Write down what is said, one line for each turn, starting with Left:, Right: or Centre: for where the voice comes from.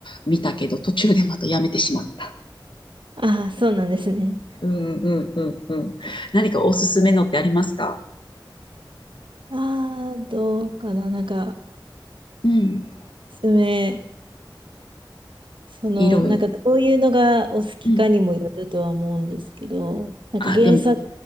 Left: 見たけど、途中でまたやめてしまった。
Right: ああ、そうなんですね。
Left: うんうんうんうん。何かおすすめのってありますか
Right: ああ、どうかな。なんか、
Left: うん。
Right: おめ、その、
Left: いろいろ。
Right: なんか、どういうのがお好きかにもよるとは思うんですけど、
Left: うん。
Right: なんか原作
Left: あ、でも、